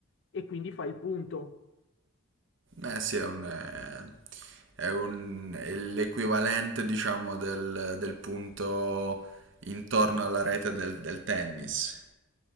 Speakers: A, on the left (about 55°); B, on the right (about 55°).
A: e quindi fai il punto.
B: Eh sì, è un, eh, è un- è l'equivalente, diciamo, del, del punto intorno alla rete del, del tennis.